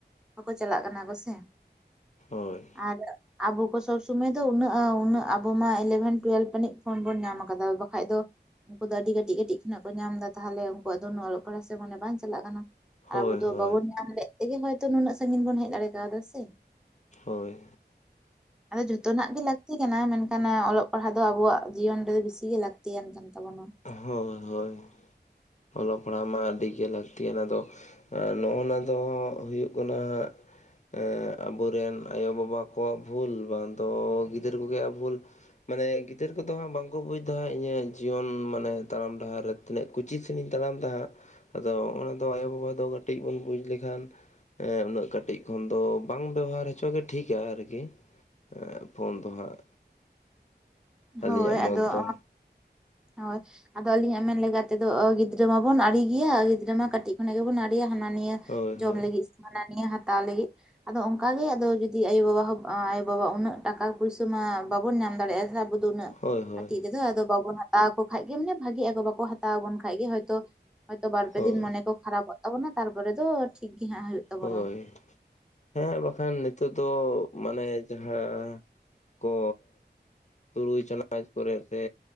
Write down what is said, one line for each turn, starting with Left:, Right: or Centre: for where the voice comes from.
Centre: ᱵᱟᱠᱚ ᱪᱟᱞᱟᱜ ᱠᱟᱱᱟ ᱠᱚ᱾ ᱮᱸ
Left: ᱦᱳᱭ
Centre: ᱟᱨ ᱟᱵᱚ ᱠᱚ ᱥᱚᱵᱽ ᱥᱚᱢᱚᱭ ᱫᱚ ᱩᱱᱟᱹᱜ ᱩᱱᱟᱹᱜ ᱟᱵᱚ ᱢᱟ ᱤᱞᱮᱵᱷᱮᱱ ᱴᱩᱭᱮᱞᱵᱷ ᱢᱟᱹᱱᱤᱡ ᱯᱷᱳᱱ ᱵᱚᱱ ᱧᱟᱢ ᱟᱠᱟᱫᱟ ᱵᱟᱠᱷᱟᱡ ᱫᱚ ᱩᱱᱠᱩ ᱫᱚ ᱟᱹᱰᱤ ᱠᱟᱹᱴᱤᱡ ᱠᱟᱹᱴᱤᱡ ᱠᱷᱚᱱᱟᱜ ᱠᱚ ᱧᱟᱢ ᱮᱫᱟ ᱛᱟᱦᱚᱞᱮ ᱩᱱᱠᱩᱣᱟᱜ ᱫᱚ ᱩᱱᱟᱹᱜ ᱚᱞᱚᱜ ᱯᱟᱲᱦᱟᱜ ᱥᱮ ᱢᱟᱱᱮ ᱵᱟᱝ ᱪᱟᱞᱟᱜ ᱠᱟᱱᱟ᱾
Left: ᱦᱳᱭ
Centre: ᱟᱵᱚ ᱫᱚ
Left: ᱦᱳᱭ
Centre: ᱵᱟᱵᱚᱱ ᱧᱟᱢ ᱞᱮ ᱛᱮᱜᱮ ᱦᱚᱭᱛᱚ ᱱᱩᱱᱟᱹᱜ ᱥᱟᱺᱜᱤᱧ ᱵᱚᱱ ᱦᱮᱡ ᱫᱟᱲᱮ ᱠᱟᱣᱫᱟ ᱥᱮ᱾
Left: ᱦᱳᱭ
Centre: ᱟᱫᱚ ᱡᱷᱚᱛᱚᱱᱟᱜ ᱜᱮ ᱞᱟᱹᱠᱛᱤ ᱠᱟᱱᱟ ᱢᱮᱱᱠᱷᱟᱱ ᱚᱞᱚᱜ ᱯᱟᱲᱦᱟᱜ ᱫᱚ ᱟᱵᱚᱣᱟᱜ ᱡᱤᱭᱚᱱ ᱨᱮ ᱵᱤᱥᱤ ᱜᱮ ᱞᱟᱹᱠᱛᱤᱭᱟᱱ ᱠᱟᱱ ᱛᱟᱵᱚᱱᱟ᱾
Left: ᱦᱳᱭ ᱦᱳᱭ ᱚᱞᱚᱜ ᱯᱟᱲᱦᱟᱣ ᱢᱟ ᱟᱹᱰᱤᱜᱮ ᱞᱟᱹᱠᱛᱤᱭᱟ ᱚᱱᱟ ᱫᱚ ᱟᱨ ᱱᱚᱜᱼᱚ ᱱᱟ ᱫᱚ ᱦᱟᱜ ᱦᱩᱭᱩᱜ ᱠᱟᱱᱟᱜᱴ ᱦᱟᱜ ᱦᱚᱭ ᱟᱵᱚᱨᱮᱱ ᱟᱭᱳᱼᱵᱟᱵᱟ ᱠᱚᱣᱟᱜ ᱵᱷᱩᱞ ᱵᱟᱝ ᱫᱚ ᱜᱤᱫᱽᱟᱹᱨ ᱠᱚᱜᱮᱭᱟᱜ ᱵᱷᱩᱞ᱾ ᱢᱟᱱᱮ ᱜᱤᱫᱟᱹᱨ ᱠᱚᱫᱚ ᱦᱟᱜ ᱵᱟᱝᱠᱚ ᱵᱩᱡᱽ ᱫᱟ ᱦᱟᱜ ᱤᱧᱟᱹᱜ ᱡᱤᱭᱚᱱ ᱢᱟᱱᱮ ᱛᱟᱲᱟᱢ ᱰᱟᱦᱟᱨ ᱨᱮ ᱛᱤᱱᱟᱹᱜ ᱠᱩᱪᱤᱛ ᱥᱮᱱᱤᱧ ᱛᱟᱲᱟᱢ ᱫᱟ ᱾ ᱟᱫᱚ ᱚᱱᱟ ᱫᱚ ᱟᱭᱳᱼᱵᱟᱵᱟ ᱫᱚ ᱠᱟᱹᱴᱤᱡ ᱵᱚᱱ ᱵᱩᱡᱽ ᱞᱮᱠᱷᱟᱱ᱾ ᱦᱮᱸ ᱩᱱᱟᱹᱜ ᱠᱟᱹᱴᱤᱡ ᱠᱷᱚᱱ ᱫᱚ ᱵᱟᱝ ᱵᱮᱵᱚᱦᱟᱨ ᱦᱚᱪᱚ ᱜᱮ ᱴᱷᱤᱠᱟ ᱟᱨᱠᱤ᱾ ᱮᱸ ᱯᱷᱳᱱ ᱫᱚ ᱦᱟᱸᱜ᱾ ᱟᱹᱞᱤᱧᱟᱜ
Centre: ᱦᱳᱭ ᱟᱫᱚ
Left: ᱢᱚᱛ ᱫᱚ
Centre: ᱦᱳᱭ ᱟᱫᱚ ᱟᱹᱞᱤᱧᱟᱜ ᱢᱮᱱ ᱞᱮᱠᱟ ᱛᱮᱫᱚ ᱜᱤᱫᱽᱨᱟᱹ ᱢᱟᱵᱚᱱ ᱟᱹᱲᱤ ᱜᱮᱭᱟ, ᱜᱤᱫᱽᱨᱟᱹ ᱢᱟ ᱠᱟᱹᱴᱤᱡ ᱠᱷᱚᱱᱟᱜ ᱜᱮᱵᱚᱱ ᱟᱹᱲᱤ ᱦᱟᱱᱟ ᱱᱤᱭᱟᱹ
Left: ᱦᱳᱭ
Centre: ᱡᱚᱢ
Left: ᱦᱳᱭ
Centre: ᱞᱟᱹᱜᱤᱫ ᱥᱮ ᱦᱟᱱᱟ ᱱᱤᱭᱟᱹ ᱦᱟᱛᱟᱣ ᱞᱟᱹᱜᱤᱫ᱾ ᱟᱫᱚ ᱚᱱᱠᱟ ᱜᱮ ᱟᱫᱚ ᱡᱩᱫᱤ ᱟᱭᱳᱼᱵᱟᱵᱟ ᱟᱭᱳᱼᱵᱟᱵᱟ ᱩᱱᱟᱹᱜ ᱴᱟᱠᱟ ᱯᱩᱭᱥᱟ ᱢᱟ ᱵᱟᱵᱚᱱ ᱧᱟᱢ ᱫᱟᱲᱮᱭᱟᱜᱼᱟ᱾ ᱟᱵᱚ ᱫᱚ ᱩᱱᱟᱜ
Left: ᱦᱳᱭ ᱦᱳᱭ
Centre: ᱠᱟᱹᱴᱤᱡ ᱨᱮ ᱟᱫᱚ ᱵᱟᱵᱚᱱ ᱦᱟᱛᱟᱣ ᱟᱠᱚ ᱠᱷᱟᱱᱡ ᱜᱮ ᱢᱟᱱᱮ ᱵᱷᱟᱜᱤᱜᱼᱟᱠᱚ ᱵᱟᱠᱚ ᱦᱟᱛᱟᱣ ᱟᱵᱚᱱ ᱠᱷᱟᱱᱡ ᱜᱮ ᱦᱳᱭᱛᱳ ᱦᱳᱭᱛᱚ ᱵᱟᱨ ᱯᱮ
Left: ᱦᱳᱭ
Centre: ᱫᱤᱱ ᱢᱚᱱᱮ ᱠᱚ ᱠᱷᱟᱨᱟᱯᱚᱜ ᱛᱟᱵᱚᱱᱟ ᱛᱟᱨᱯᱚᱨᱮ ᱫᱚ ᱴᱷᱤᱠ ᱜᱮ ᱦᱟᱸᱜ ᱦᱩᱭᱩᱜ ᱛᱟᱵᱚᱱᱟ
Left: ᱦᱳᱭ ᱦᱮᱸ ᱵᱟᱠᱷᱟᱱ ᱱᱤᱛᱚᱜ ᱫᱚ ᱢᱟᱱᱮ ᱡᱟᱦᱟᱸ ᱠᱚ ᱛᱩᱨᱩᱭ ᱪᱟᱱᱟᱪ ᱠᱚᱨᱮ ᱥᱮ